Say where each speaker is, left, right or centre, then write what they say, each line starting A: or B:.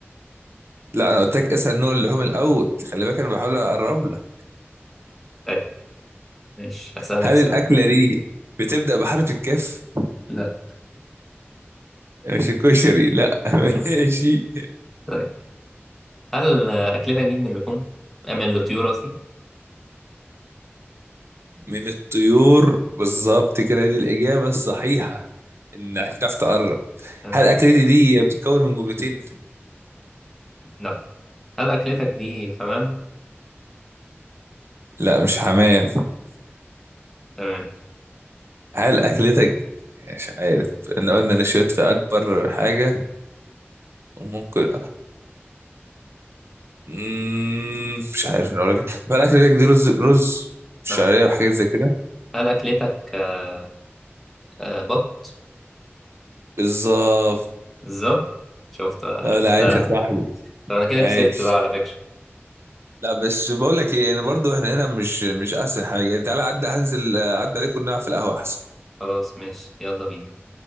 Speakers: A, on the right (about 65°); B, in the centre.
A: لا أنا قلت لك اسأل نوع اللحوم الأول خلي بالك أنا بحاول أقرب لك
B: طيب ماشي هسألك
A: هل
B: سؤال
A: الأكلة دي بتبدأ بحرف الكاف؟
B: لا
A: مش الكشري لا <laughs> ماشي
B: طيب هل أكلتك دي من اللحوم؟ آه، من الطيور قصدي؟
A: من الطيور بالظبط كده دي الإجابة الصحيحة إنك تعرف تقرب
B: تمام
A: هل أكلتي دي بتتكون من جملتين؟
B: لا هل أكلتك دي حمام؟
A: لا مش حمام
B: تمام
A: <laughs> هل أكلتك مش عارف إن قلنا نشويت في أكبر حاجة وممكن مم... مش عارف أنا أقول لك إيه. طب هل أكلتك دي رز رز شعرية
B: لا
A: وحاجات زي كده؟
B: هل أكلتك آه آه بط؟
A: بالظبط
B: بالظبط شفت بقى،
A: اه
B: عرفتها
A: لا عايش يا صاحبي
B: طب أنا كده
A: عايش
B: كسبت بقى على فكرة
A: لا بس بقول لك ايه انا برضو احنا هنا مش مش احسن حاجه يعني تعالى عدى هنزل آه، عدى عليكم نلعب في القهوه احسن
B: خلاص ماشي يلا بينا